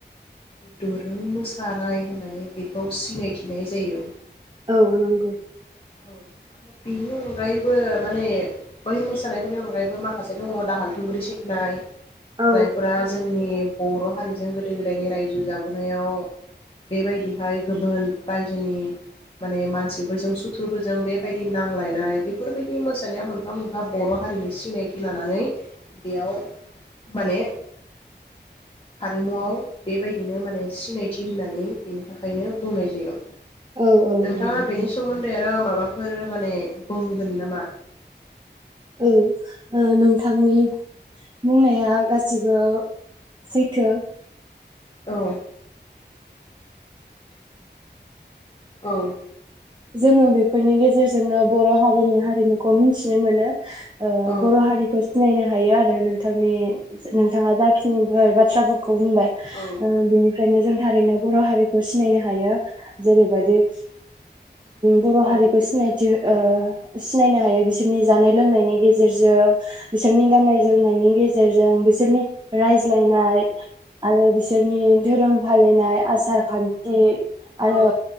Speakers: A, on the left; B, on the right.
A: दोरों मोसानाय होननानै बेखौ सिनायथिनाय जायो
B: औ नंगौ
A: औ आरो बेनि अनगायैबो माने बै मोसानायफोरनि अनगायैबो माखासे दङ दाहाल थुंग्रि सिबनाय
B: औ
A: जायफोरा जोंनि बर' हारिजों गोदो गोदायनि रायजो जो जाबोनायाव बेबायदिहाय गोबोन रायजोनि माने मानसिफोरजों सुथुरफोरजों बेबायदि नांलायनाय बेफोरबायदि मोसानायाव मोनफा मोनफा बर' हारिनि सिनायथि लानानै बेयाव माने हारिमुआव बेबायदिनो माने सिनायथि होनानै बेनि थाखायनो बुंनाय जायो।
B: औ औ
A: नोंथाङा
B: नंगौ
A: बेनि सोमोन्दै आरो माबाफोर फोर माने बोंगोन नामा
B: औ ओ नोंथांनि बुंनाया गासिबो सैथो
A: औ औ
B: जोङो बेफोरनि गेजेरजोंनो बर' हारिनि हारिमुखौ मिनथिनो मोनो। ओ
A: औ
B: बर' हारिखौ सिनायनो ह हायो आरो नोंथांनि नोंथाङा जाखिनि बा बाथ्राफोर खौ बुंबाय
A: औ
B: ओ बिनिफ्रायनो जों थारैनो बर' हारिखौ सिनायनो हायो जेरैबादि बर'
A: औ
B: हारिखौ सिनायथि ओ सिनायनो हायो बिसोरनि जानाय लोंनायनि गेजेरजों बिसोरनि गाननाय जोमनायनि गेजेरजों बिसोरनि रायज्लायनाय आरो बिसोर बिसोरनि धोरोम फालिनाय आसार खान्ति आरो
A: औ